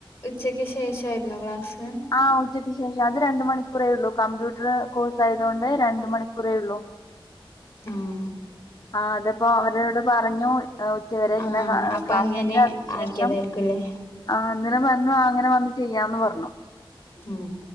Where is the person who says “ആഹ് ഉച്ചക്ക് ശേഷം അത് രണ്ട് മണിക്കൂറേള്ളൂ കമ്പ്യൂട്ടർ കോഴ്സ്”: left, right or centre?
Left